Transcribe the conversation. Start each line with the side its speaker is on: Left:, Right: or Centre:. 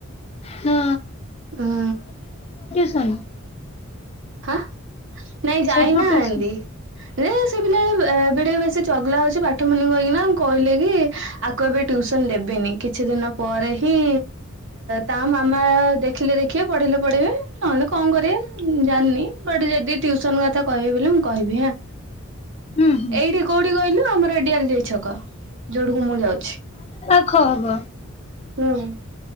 Left: ହଁ
Right: ହୁଁ।
Left: ତନୁ
Right: ହାଁ ନାଇଁ ଯାଇନାହାନ୍ତି।
Left: ସେଠିକୁ ଟିଉସନ
Right: ଯେ ସେ ପିଲା ଏ ଏବେ ଟିକେ ବେଶୀ ଚଗଲା ହଉଛି ପାଠ ପଢ଼ୁନି କହିକିନା କହିଲେ କି ଆକୁ ଏବେ ଟୁ ଉସନ ଦେବିନି। କିଛି ଦିନ ପରେ ହିଁ ତା ମାମା ଦେଖିଲେ ଦେଖ ଖିବେ ପଢେଇଲେ ପଢେଇବେ ନହେଲେ କଣ କରିବେ ଉଁ ଜାଣିନି ବଟ ଯଦି ଟ୍ୟୁସନ କଥା କହିବେ ବୋଲେ ମୁଁ କହିବି ହାଁ।
Left: ହୁଁ ହୁଁ।
Right: ଏଇଠି କୋଉଠି କହିଲୁ ଆମର ଦିଅରଲ୍ଦି ଛକ ଯୋଉଠକୁ ମୁଁ ଯାଉଛି।
Left: ଖ ହବ।
Right: ହୁଁ।